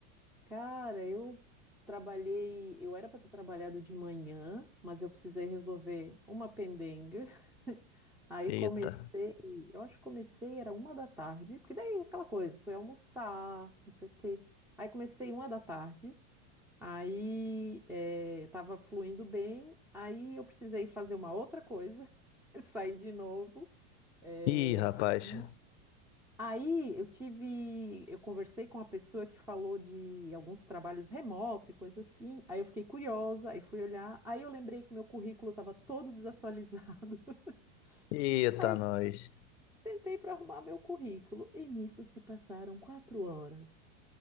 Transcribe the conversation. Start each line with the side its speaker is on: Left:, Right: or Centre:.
Centre: cara, eu trabalhei. Eu era para ter trabalhado de manhã, mas eu precisei resolver uma pendenga. <laughs> Aí comecei,
Left: Eita.
Centre: eu acho que comecei, era uma da tarde, porque daí aquela coisa, fui almoçar, não sei o quê. Aí comecei uma da tarde, aí eh, tava fluindo bem, aí eu precisei fazer uma outra coisa, <laughs> saí de novo. eh,
Left: Ih, rapaz.
Centre: aí Aí eu tive, eu conversei com uma pessoa que falou de alguns trabalhos remoto e coisa assim. Aí eu fiquei curiosa, aí fui olhar, aí eu lembrei que o meu currículo estava todo desatualizado. <laughs>
Left: Eita,
Centre: Aí
Left: nós.
Centre: tentei para arrumar meu currículo e nisso se passaram quatro horas.